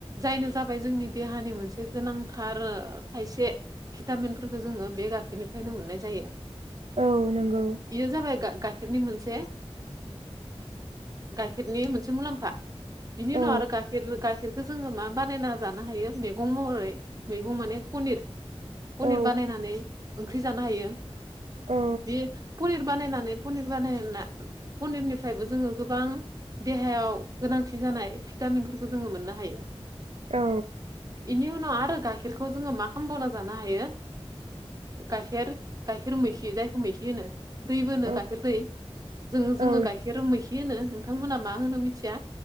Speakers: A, on the right; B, on the right.
A: जायनो जाबाय जोंनि देहानि मोनसे गोनांथार खायसे भिटामिनफोरखौ जोङो बे गाखेरनिफ्रायनो मोननाय जायो।
B: औ नंगौ।
A: बेयो जाबाय गाइखेरनि मोनसे गाइखेरनि मोनसे मुलाम्फा। बिनि उनाव
B: औ
A: आरो गाइखेर गाइखेरखो जोङो मा बानायना जानो हायो। मैगं महरै मैगं माने पनिर पनिर
B: औ
A: बानायनानै ओंख्रि जानो हायो
B: औ
A: बे पनिर बानायनानै पनिर बानायना। पनिरनिफ्रायबो जोङो गोबां देहायाव गोनांथि जानाय भिटामिनफोरखौ जोङो मोननो हायो।
B: औ।
A: बेनि उनाव आरो गाइखेरखौ जोङो मा खालामबावना जानो हायो? गाइखेर गाइखेर मेखि जायखौ मैखि होनो। दैबो होनो
B: औ
A: गाइखेर दै जों जोङो
B: औ
A: गाइखेर गाइखेर मैखि होनो नोंथांमोना मा होनो मिथिया।